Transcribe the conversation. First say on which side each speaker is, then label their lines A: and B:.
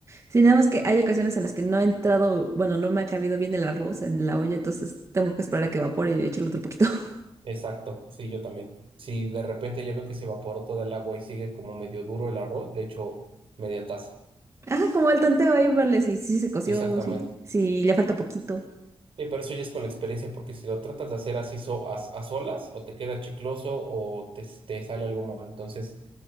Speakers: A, on the right (about 30°); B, on the right (about 70°).
A: Sí, nada más que hay ocasiones en las que no ha entrado, bueno, no me ha cabido bien el arroz en la olla, entonces tengo que esperar a que evapore y le echarle otro poquito. <laughs>
B: Exacto, sí, yo también. Si de repente ya veo que se evaporó toda el agua y sigue como medio duro el arroz, le echo media taza.
A: Ajá, como el tanteo ahí, verle si, si se coció,
B: Exactamente.
A: si, si le falta poquito.
B: Y pero eso ya es con la experiencia, porque si lo tratas de hacer así so- a, a solas, o te queda chicloso o te, te sale algo mal. Entonces,